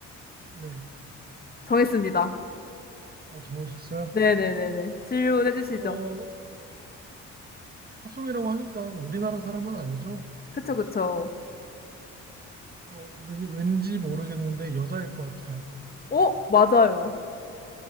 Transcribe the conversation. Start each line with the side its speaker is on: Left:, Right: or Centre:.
Right: 네.
Left: 정했습니다.
Right: 아, 정하셨어요?
Left: 네네네네. 질문해 주시죠.
Right: 어, 팝송이라고 하니까 우리나라 사람은 아니죠?
Left: 그쵸, 그쵸.
Right: 어, 왠지, 왠지 모르겠는데 여자일 것 같아요.
Left: 어? 맞아요.